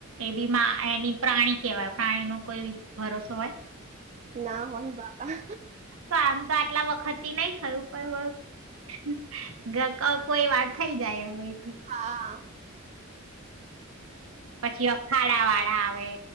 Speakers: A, on the right; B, on the right.
A: એ બી એની પ્રાણી કેવાય પાણી નો કોઈ ભરોસો હોય
B: ના હોય બાપા
A: કમ તો આટલા વખત થી નહી થયું પણ કોઈ વાત થઇ જાય હવે તો
B: હા
A: પછી અખાડા વાળા આવે